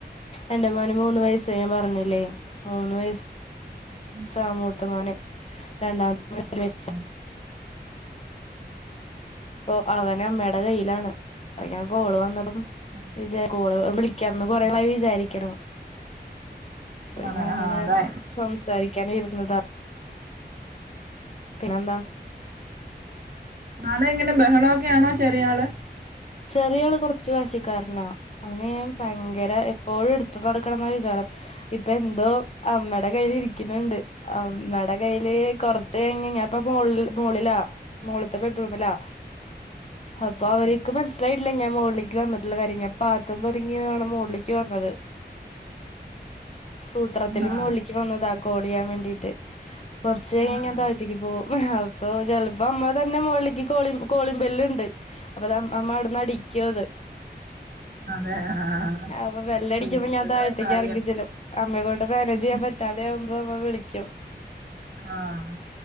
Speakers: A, on the left (about 35°); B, on the right (about 55°).
A: എന്റെ മോന് മൂന്ന് വയസ്സ് ഞാൻ പറഞ്ഞില്ലേ മൂന്ന് വയ
B: ഉം.
A: സാ മൂത്ത മോന് രണ്ടാമത്തെ <unintelligible>
B: ഉം.
A: ഇപ്പൊ അവൻ അമ്മയുടെ കയ്യിലാണ് അയ് ഞാൻ കാൾ വന്നപ്പോ
B: ഉം.
A: വിചാ കോളുകൾ വിളിക്കാന്ന് കൊറേ
B: ഉം.
A: നായി വിചാരിക്കണം പിന്ന
B: ആണ്.
A: അങ്ങനെ
B: ആഹ് അതാ.
A: സംസാരിക്കൻ ഇരുന്നതാ. പിന്നെന്താ
B: നാളെ എങ്ങനെ ബഹളമൊക്കെയാണോ ചെറിയ ആൾ
A: ചെറിയാള് കൊറച്ച് വാശിക്കാര്നാ. അവന് ഭയങ്കര എപ്പോഴും എടുത്ത് നടക്കണംന്നാ വിചാരം. ഇപ്പൊ എന്തോ അമ്മേടെ കയ്യില് ഇരിക്ന്ണ്ട്. അമ്മേടെ കയ്യില് കൊറച്ചു കഴിഞ് ഞാൻ ഇപ്പൊ മൊൾ മോളിലാ. മോളിത്തെ ബെഡ്റൂമിലാ അപ്പൊ
B: ആഹ്
A: അവര് ക്ക് മനസിലായിട്ടില്ല ഞാൻ മോൾളേക്ക് വന്ന്ട്ടുള്ള കാര്യം ഞാൻ പാത്തും പതുങ്ങിയുആണ് മോൾളേക്ക് വന്നത്. സൂത്രത്തിൽ
B: ആഹ്
A: മോളിക്ക് വന്നതാ കോളിയ്യാൻ വേണ്ടീട്ട് കൊർച്ചു കഴിഞ്ഞ്
B: ആഹ്
A: ഞാൻ താഴ്തേക് പോവും അപ്പൊ ചെലപ്പോ അമ്മ തന്നെ മൊളിക്ക് കോളി കോളിമ്പെല്ല്ണ്ട് അപ്പൊ അ അമ്മ അവ്ട്ന്ന് അടിക്കു അത്.
B: അതെ ആഹ്
A: അപ്പൊ ബെല്ല്ടിക്കുമ്പം
B: കുഞ്ഞുങ്ങളുടെ
A: ഞാൻ താഴത്തേക്ക്
B: കാര്യം
A: ഇറങ്ങി ചെല്ലും അമ്മയെക്കൊണ്ട് മാനേജ്യ്യാൻ
B: ഉം
A: പ തലയാവുമ്പോ അമ്മ വിളിക്കും.
B: ആഹ്